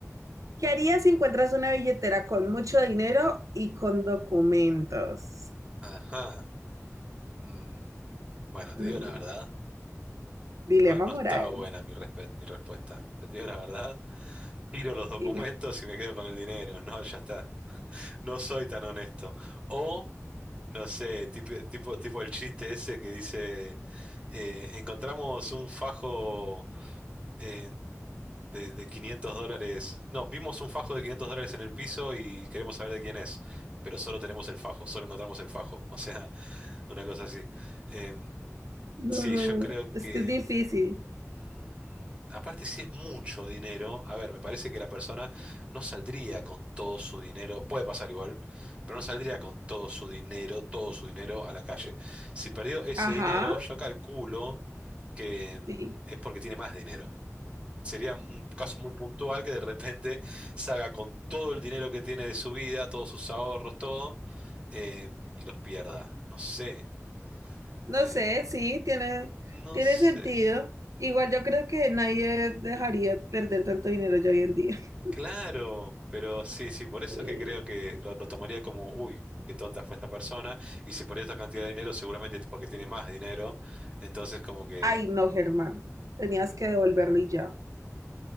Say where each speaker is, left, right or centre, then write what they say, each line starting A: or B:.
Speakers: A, on the right; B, on the right.
A: ¿Qué harías si encuentras una billetera con mucho dinero y con documentos?
B: Ajá. Mm, bueno, te
A: Mm,
B: digo la verdad.
A: dilema
B: No, no
A: moral,
B: está buena mi, respe- mi respuesta. Pero te digo la verdad. Tiro los documentos
A: dime.
B: y me quedo con el dinero. No, ya está. No soy tan honesto. O, no sé, tipo, tipo, tipo el chiste ese que dice, eh, encontramos un fajo. en- de, de 500 dólares. No, vimos un fajo de 500 dólares en el piso y queremos saber de quién es, pero solo tenemos el fajo, solo encontramos el fajo. <laughs> O sea, una cosa así. Em,
A: No,
B: sí,
A: no,
B: yo
A: no,
B: creo
A: es
B: que...
A: que es difícil.
B: mm, aparte, si es mucho dinero, a ver, me parece que la persona no saldría con todo su dinero, puede pasar igual, pero no saldría con todo su dinero, todo su dinero a la calle. Si perdió ese
A: Ajá,
B: dinero, yo calculo que mm,
A: sí.
B: es porque tiene más dinero. Sería un caso muy puntual que de repente salga con todo el dinero que tiene de su vida, todos sus ahorros, todo, eh, y los pierda. No sé,
A: No
B: eh,
A: sé, sí, tiene,
B: no
A: tiene
B: sé.
A: sentido. Igual yo creo que nadie dejaría perder tanto dinero ya hoy en día. <laughs>
B: Claro, pero sí, sí, por eso
A: Eh,
B: es que creo que lo, lo tomaría como, uy, qué tonta fue esta persona, y si perdió esta cantidad de dinero, seguramente es porque tiene más dinero. Entonces, como que...
A: ay, no, Germán, tenías
B: <laughs>
A: que devolverlo y ya.